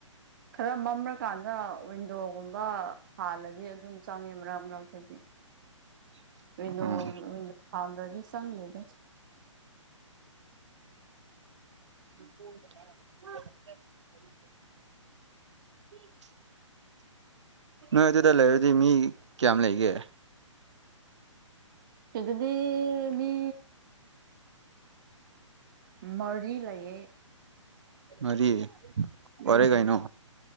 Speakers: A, on the right (about 40°); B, on the right (about 60°).
A: ꯈꯔ ꯃꯝꯔꯀꯥꯟꯗ ꯋꯤꯟꯗꯣꯒꯨꯝꯕ ꯍꯥꯜꯂꯗꯤ ꯑꯗꯨꯝ ꯆꯪꯉꯦ ꯃꯔꯛ ꯃꯔꯛꯇꯗꯤ
B: <unintelligible> ꯎꯝ
A: ꯗꯣ ꯐꯗꯅꯤ ꯆꯪꯅꯤꯗ
B: <unintelligible> ꯅꯣꯏ ꯑꯗꯨꯗ ꯂꯩꯔꯗꯤ ꯃꯤ ꯀꯌꯥꯝ ꯂꯩꯒꯦ
A: ꯁꯤꯗꯗꯤ ꯃꯤ ꯃꯔꯤ ꯂꯩꯌꯦ
B: ꯃꯔꯤ
A: ꯎꯝ
B: ꯐꯔꯦ ꯀꯥꯏꯅꯣ